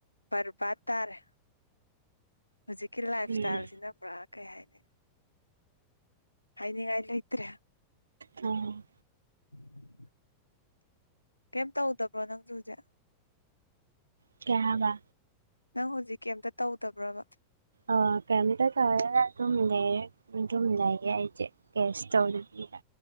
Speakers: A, on the left; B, on the right.
A: ꯕꯔꯕꯥꯠ ꯇꯥꯔꯦ ꯍꯧꯖꯤꯛꯀꯤ ꯂꯥꯏꯞ
B: ꯎꯝ
A: ꯏꯁꯇꯥꯏꯜꯖꯤꯅ ꯄꯨꯔꯥ ꯀꯩ ꯍꯥꯏꯅꯤ ꯍꯥꯏꯅꯤꯡꯉꯥꯏ ꯂꯩꯇ꯭ꯔꯦ
B: ꯑ
A: <inaudible> ꯀꯩꯝ ꯇꯧꯗꯕ꯭ꯔꯣ ꯅꯪꯖꯨ ꯍꯧꯖꯤꯛ
B: ꯀꯩ ꯍꯥꯏꯕ
A: ꯅꯪ ꯍꯧꯖꯤꯛ ꯀꯩꯝꯇ ꯇꯧꯗꯕ꯭ꯔꯕ
B: ꯑ ꯀꯩꯝꯇ ꯇꯧꯗꯦ ꯑꯗꯨꯝ ꯂꯩꯌꯦ ꯑꯗꯨꯝ ꯂꯩꯌꯦ ꯑꯩꯗꯤ ꯀꯔꯤꯁꯨ ꯇꯧꯗꯕꯤꯗ